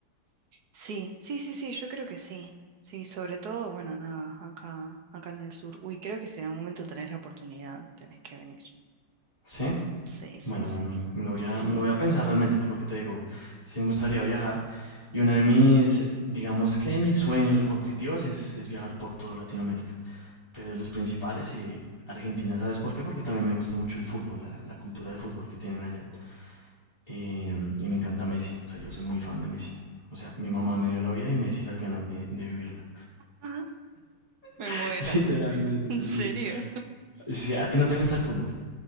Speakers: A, on the right (about 65°); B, on the left (about 20°).
A: Sí, sí, sí, sí, yo creo que sí. Sí, sobre todo, bueno, nada, acá, acá en el sur. Uy, creo que si en algún momento tenés la oportunidad, tenés que venir.
B: ¿Sí?
A: Sí, sí,
B: Bueno,
A: sí.
B: me, me lo voy a, me lo voy a pensar realmente por lo que te digo. Sí me gustaría viajar. Y una de mis, digamos que mis sueños u objetivos es, es viajar por toda Latinoamérica. Pero de los principales, eh, Argentina, ¿sabes por qué? Porque también me gusta mucho el fútbol, la, la cultura de fútbol que tienen allá. Em, y me encanta Messi, o sea, yo soy muy fan de Messi. O sea, mi mamá me dio la vida y Messi las ganas de, de vivirla.
A: Ajá, me
B: <laughs>
A: muero.
B: Literalmente,
A: <laughs> ¿En
B: sí.
A: serio?
B: sí. Sí, a ti no te gusta el fútbol.